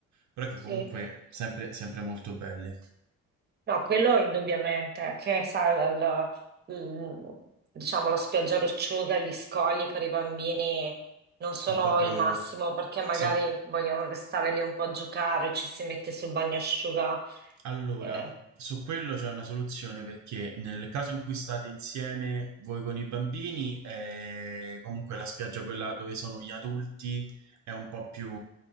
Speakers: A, on the right; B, on the right.
A: però che
B: Sì.
A: comunque sempre sempre molto belle.
B: No, quello indubbiamente, che sai, dal- il- diciamo la spiaggia rocciosa, gli scogli per i bambini non sono
A: È un po' più...
B: il massimo perché magari
A: Sì.
B: vogliono restare lì un po' a giocare, ci si mette sul bagnasciuga.
A: Allora,
B: eh,
A: su quello c'è una soluzione perché nel caso in cui state insieme voi con i bambini, eh, comunque la spiaggia quella dove sono gli adulti è un po' più,